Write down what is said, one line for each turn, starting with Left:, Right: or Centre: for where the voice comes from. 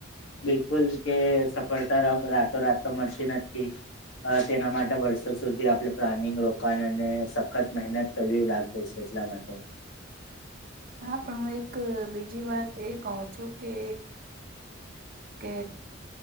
Left: બિલકુલ કે સફળતા રાતો રાત તો મળતી નથી. તેના માટે વર્ષો સુધી આપણે પ્લાનિંગ રોકાણને સખત મહેનત કરવી લાગે છે એટલા માટે
Right: હા, પણ એક બીજી વાત એ કહું છું કે કે....